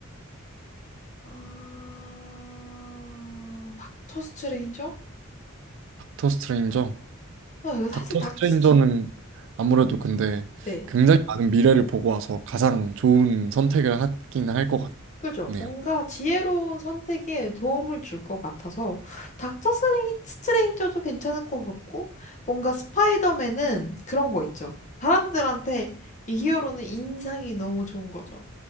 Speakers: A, on the left (about 35°); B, on the right (about 60°).
A: 아, 닥터 스트레인저?
B: 닥터 스트레인저?
A: 아, 사실
B: 닥터
A: 닥터
B: 스트레인저는
A: 스트...
B: 아무래도 근데
A: 네.
B: 굉장히 많은 미래를 보고 와서 가장 좋은 선택을 하긴 할 것
A: 그죠?
B: 같네요.
A: 뭔가 지혜로운 선택에 도움을 줄 것 같아서 닥터 스레인, 스트레인저도 괜찮을 것 같고 뭔가 스파이더맨은 그런 거 있죠. 사람들한테 이 히어로는 인상이 너무 좋은 거죠.